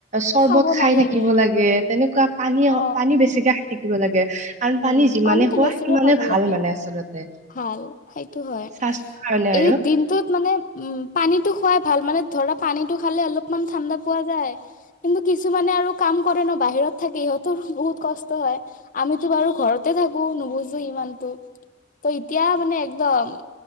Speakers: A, on the right; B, on the left.
A: চৰ্বত
B: খাব
A: খাই
B: নালাগে
A: থাকিব লাগে তেনেকুৱা পানী-পানী
B: অ
A: বেছিকে খাই থাকিব লাগে। অ', পানী
B: উম
A: যিমানে
B: পানীটো
A: খোৱা
B: বেছিকে
A: মানে
B: খাব
A: ভাল
B: লাগে
A: মানে আচলতে।
B: ভাল সেইটো হয়
A: স্বাস্থৰ কাৰণে
B: এই
A: আৰু।
B: দিনটোত মানে উম পানীটো খুৱাই ভাল মানে ধৰা পানীটো খালে অলপমান ঠাণ্ডা পোৱা যায়। কিন্তু কিছুমানে আৰু কাম কৰে ন বাহিৰত থাকে ইহঁতৰ বহুত কষ্ট হয়, আমিত বাৰু ঘৰতে থাকোঁ, নুবুজো ইমানতো ত এতিয়া মানে একদম